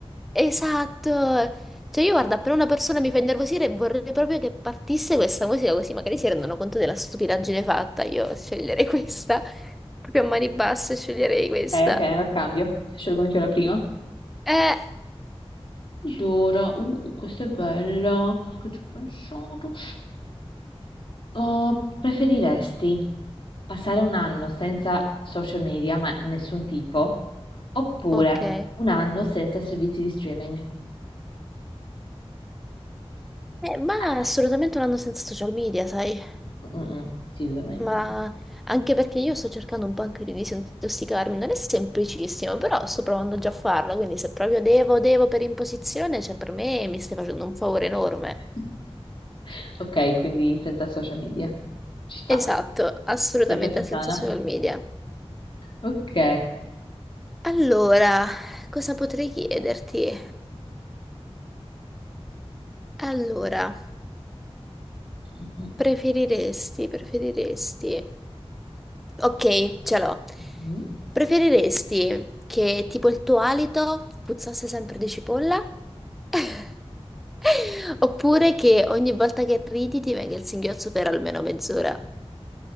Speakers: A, in the centre; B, on the left.
A: Esatto, cioè io guarda, appena una persona mi fa innervosire vorrei proprio che partisse questa musica così magari si rendono conto della stupidaggine fatta, io sceglierei questa, proprio a mani basse sceglierei questa.
B: Eh, ok, allora cambio. Scelgo anch'io la prima.
A: Eh,
B: Allora, uh, uh, questa è bella, che ci ho pensato. Uh, preferiresti passare un anno senza social media, ma nessun tipo, oppure
A: ok, eh,
B: un anno senza servizi di streaming?
A: ma
B: Ah, ah,
A: assolutamente non andando senza social media, sai,
B: mm, mm, mm, si vive meglio.
A: ma anche perché io sto cercando un po' anche di disintossicarmi, non è semplicissimo, però sto provando già a farlo, quindi se proprio devo, devo per imposizione, cioè per me mi stai facendo un favore enorme.
B: <laughs> Ok, quindi senza social media. Ci sta,
A: Esatto, assolutamente
B: senza più
A: senza
B: sana.
A: social media.
B: Ok.
A: Allora, cosa potrei chiederti? Allora,
B: Mm, mm,
A: preferiresti, preferiresti... Ok, ce l'ho.
B: mm. mm.
A: Preferiresti che tipo il tuo alito puzzasse sempre di cipolla? <laughs> Oppure che ogni volta che ridi ti venga il singhiozzo per almeno mezz'ora?